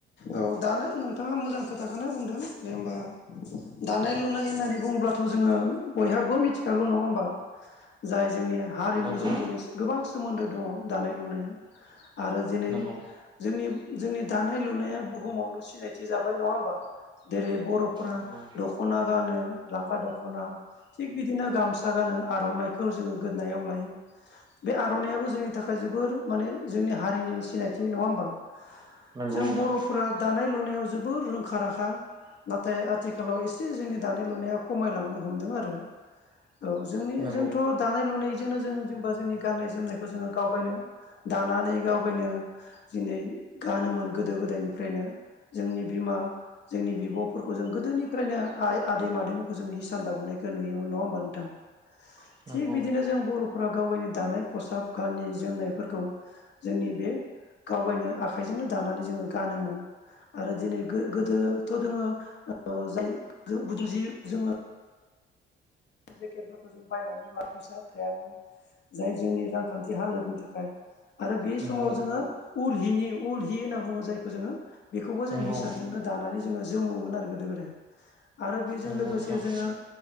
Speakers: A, on the left; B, on the right.
A: औ दानाय नोंथाङा मोजां खोथाखौनो बुंदों जे होमबा दानाय लु नाय होननानै बुङो थ' जोङो बयहाबो मिथिखागौ नङा होमबा जाय जोंनि हारिमुजों
B: नंगौ
A: जोङो गोबां सो सोमोन्दो दङ' दानाय लुनाया आरो दिनै
B: नंगौ
A: जोंनि जोंनि दानाय लुनाया बुहुमावनो सिनायथि जाबाय नङा होमबा जेरै बर'फ्रा
B: नंगौ
A: दख'ना गानो लांगा दख'ना थिग बिदिनो गामसा गानो आर'नाइखौ जोङो गोदनाव लायो। बे आर'नायइाबो जोंनि थाखाय जोबोर माने जोंनि हारिनि सिनायथि नङा होमबा
B: नंगौ
A: जों
B: नोंथां
A: बर'फोरा दानाय लुनायाव जोबोर रोंखा राखा नाथाय आथिखालाव एसे जोंनि दानाय लुनाया खमायलांनो हमदों आरो औ जोंनि
B: नंगौ
A: जोंथ' दानाय लुनायजोंनो जों जेनेबा जोंनि गाननाय जोमनायखौ जोङो गावगायनो दानानै गावगायनो दिनै गानोमोन गोदो गोदायनिफ्रायनो जोंनि बिमा जोंनि बिब'फोरखौ जों गोदोनिफ्रायनो आइ आदै मादैमोनखौ जों हिसान दाबोनायखौ नुयोमोन नङा होमबा नोंथां।
B: <inaudible> नंगौ
A: थिग बिदिनो जों बर'फोरा गाव गावनि दानाय खसाब गानि गाननाय जोमनायफोरखौ जोंनि बे गावगायनो आखाइजोंनो दानानै जोङो गानोमोन आरो दिनै गो-गोदोथ' दोङो ओ जाय जि गुदुं जि जोङो जेकेटफोरखौ जों बायनानै लानो फैसा थायामोन जाय जोंनि रांखान्थि हालोदनि थाखाय आरो बे
B: नंगौ
A: समाव जोङो उल हिनि उल हि होनना बुङो जायखौ जोङो बेखौबो जों
B: नंगौ
A: हिसानदो नो दानानै जो जोमोन आरो गोदो गोदाय आरो बेजों
B: नंगौ
A: लोगोसे
B: नोंथां
A: जोङो